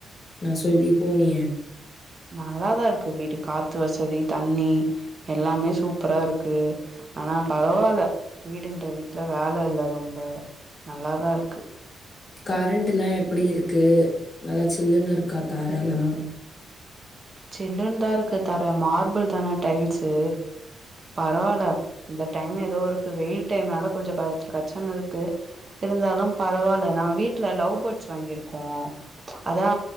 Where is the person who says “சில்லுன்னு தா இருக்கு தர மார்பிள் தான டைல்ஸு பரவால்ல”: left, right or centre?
Right